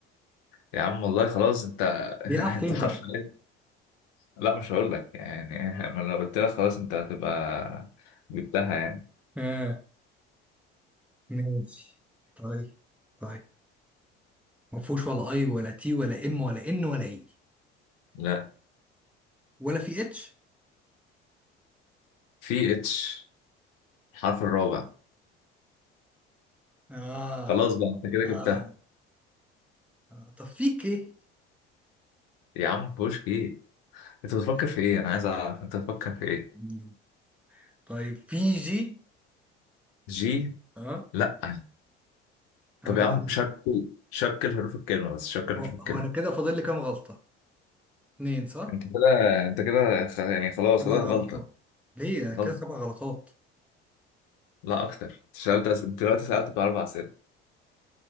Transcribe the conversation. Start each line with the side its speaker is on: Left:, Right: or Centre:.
Left: يا عم والله خلاص انت
Centre: بيلعب
Left: <laughs> انت
Centre: فين
Left: حرفيا
Centre: طيب
Left: لا مش هقول لك يعني <laughs> انا لو قلت لك خلاص انت هتبقى جبتها يعني
Centre: اه ماشي طيب طيب ما فيهوش ولا اي ولا تي ولا ام ولا ان ولا اي
Left: لا
Centre: ولا في اتش
Left: في اتش الحرف الرابع
Centre: آه.
Left: خلاص بقى انت كده
Centre: اه
Left: جبتها
Centre: اه طب في كي
Left: يا عم بوش ايه انت بتفكر
Centre: <laughs>
Left: في ايه انا عايز اعرف انت بتفكر في ايه
Centre: مم. طيب في جي
Left: جي
Centre: اه
Left: لا
Centre: اه
Left: طب يا عم شكل شكل حروف الكلمة بس شكل حروف
Centre: هو
Left: الكلمة
Centre: هو انا كده فاضل لي كام غلطة اتنين صح
Left: انت كده انت كده خ- يعني خلاص
Centre: سبع
Left: كده
Centre: غلطات
Left: غلطة
Centre: ليه انا كده
Left: غلط
Centre: سبع غلطات
Left: لا اكتر انت سألت أس... انت دلوقتي سألت باربع اسئلة